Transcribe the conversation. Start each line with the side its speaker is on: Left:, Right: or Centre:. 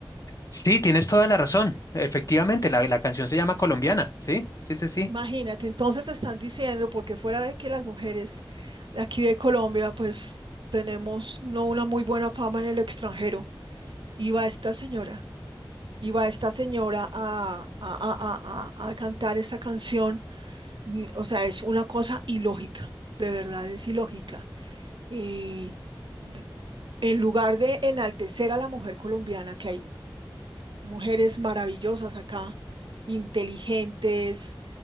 Left: Sí, tienes toda la razón. Efectivamente, la, la canción se llama Colombiana. Sí, sí, sí, sí.
Right: Imagínate, entonces te están diciendo, porque fuera de que las mujeres de aquí de Colombia, pues tenemos no una muy buena fama en el extranjero, iba esta señora, iba esta señora a, a, a, a, a a cantar esta canción. Mm, O sea, es una cosa ilógica, de verdad es ilógica. eh, d- en lugar de enaltecer a la mujer colombiana, que hay mujeres maravillosas acá, inteligentes,